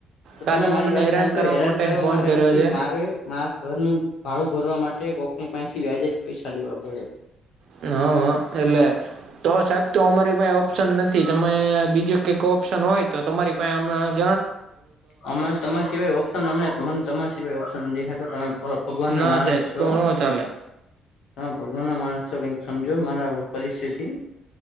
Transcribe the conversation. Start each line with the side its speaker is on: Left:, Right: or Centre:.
Left: તો
Right: આ
Left: તમે મારી
Right: મને
Left: વાત સમજો હેરાન કરવા
Right: ફોન
Left: માટે
Right: કર્યો
Left: નથી,
Right: છે
Left: મારે મારા ઘરનું ભાળું ભરવા માટે કોકની પાથી વ્યાજ જ પૈસા લેવા પડે.
Right: હમ્મ, હા એલે તો સાહેબ તો અમારી પાહે ઓપ્શન નથી, તમે બીજું કંઈક ઓપ્શન હોય તો તમારી પાસે હમણાં
Left: અરે તમાર સિવાય ઓપ્શન, તમને મને તમારા સિવાય ઓપ્શન નથી દેખાતો તમે પણ ભગવાનના
Right: ના
Left: માણસ
Right: સાહેબ
Left: છો
Right: તો ન ચાલે
Left: તમે ભગવાનના માણસ છો, કઈક સમજો મારી પરિસ્થિતિ